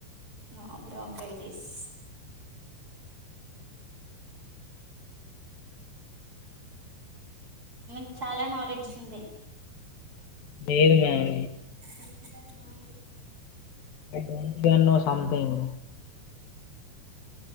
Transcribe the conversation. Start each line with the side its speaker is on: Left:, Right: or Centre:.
Right: నా బ్రాంకైటిస్ మీకు చాలా నాలెడ్జ్ ఉంది
Left: లేద్ మేమ్
Right: <unintelligible>
Left: <unintelligible> సంథింగ్